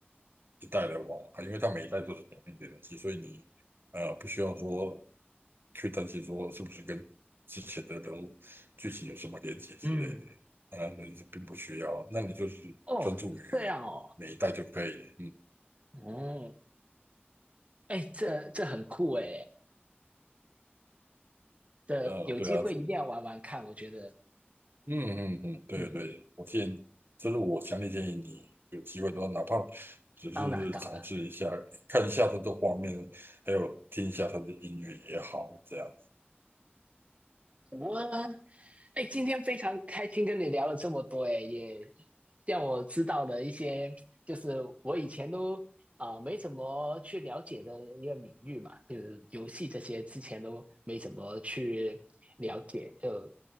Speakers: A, on the right; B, on the right.
A: 一代来玩玩看因为它每一代都是同一的东西，所以你呃不需要说去担心说是不是跟之前的人物剧情有什么连接之类的。
B: 嗯，
A: 当然，你并不需要，那你就是专注于
B: 哦，这样哦，
A: 每一代就可以了。嗯，
B: 哦，哎，这这很酷哎，这有机会一定要玩玩看，
A: 呃，对啊，是嗯
B: 我觉得，
A: 嗯嗯，对对我建议，
B: 嗯，
A: 这是我强烈建议你有机会的话，哪怕只是尝试一下，
B: 当然当然，
A: 看一下它的画面，还有听一下他的音乐也好，这样。
B: 我哎，今天非常开心跟你聊了这么多，哎，也让我知道了一些，就是我以前都啊、没怎么去了解的一个领域嘛，就是游戏这些之前都没怎么去了解，就